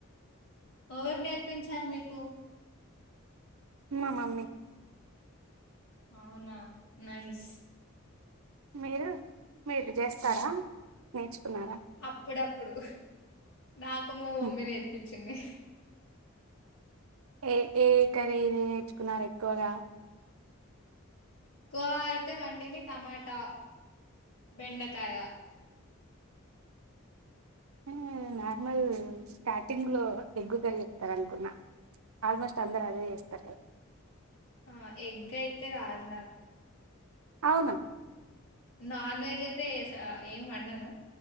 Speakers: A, on the left; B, on the right.
A: వోవర్ నేర్పించారు మీకు?
B: మా మమ్మీ
A: అవునా నైస్
B: మీరు మీరిది చేస్తారా నేర్చుకున్నారా?
A: అప్పుడప్పుడు, నాకు మా మమ్మీ
B: హ్మ్.
A: నేర్పించిన్ది.
B: ఏ ఏ కర్రీ నేర్చుకున్నారు ఎక్కువగా?
A: ఎక్కువ అయితే వండింది. టమాటా, బెండకాయ
B: ఉమ్ నార్మల్ స్టార్టింగ్లో ఎగ్గు కర్రీ చెప్తారనుకున్నా. ఆల్మోస్ట్ అందరదే చేస్తారు గద్
A: ఆ ఎగ్ అయితే రాదు నాకు.
B: అవునా
A: నాన్ వెజ్ అయితే ఏ స ఏం వండాను.